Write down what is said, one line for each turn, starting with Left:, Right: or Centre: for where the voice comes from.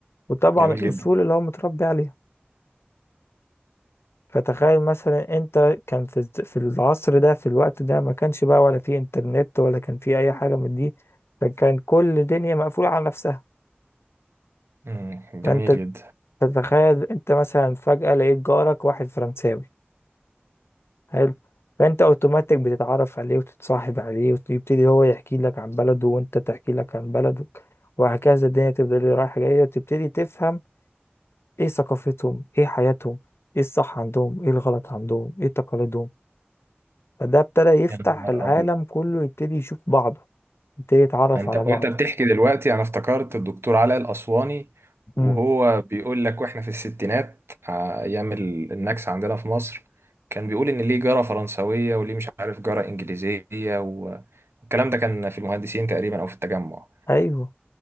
Left: وطبعا
Right: جميل
Left: الأصول
Right: جدا
Left: اللي هو متربي عليها فتخيل مثلا انت كان في الز- في العصر ده في الوقت ده ما كانش بقى ولا في انترنت ولا كان في اي حاجة من دي فكان كل دنيا مقفولة على نفسها
Right: مم. جميل
Left: فانت
Right: جدا
Left: تتخيل انت مثلا فجأة لقيت جارك واحد فرنساوي حلو فانت اوتوماتيك بتتعرف عليه وتتصاحب عليه ويبتدي هو يحكي لك عن بلده وانت تحكي لك عن بلدك وهكذا الدنيا تفضل رايحة جاية وتبتدي تفهم ايه ثقافتهم ايه حياتهم ايه الصح عندهم ايه الغلط عندهم ايه تقاليدهم فده ابتدى يفتح
Right: يا نهار
Left: العالم
Right: ابيض
Left: كله يبتدي يشوف بعضه يبتدي يتعرف
Right: انت
Left: على بعضه
Right: وانت بتحكي دلوقتي انا افتكرت الدكتور علاء الاسواني
Left: مم.
Right: وهو بيقول لك واحنا في الستينات آه، ايام ال- النكسه عندنا في مصر كان بيقول ان ليه جاره فرنسويه وليه مش عارف جاره انجليزيه و- والكلام ده كان في المهندسين تقريبا او في التجمع
Left: ايوه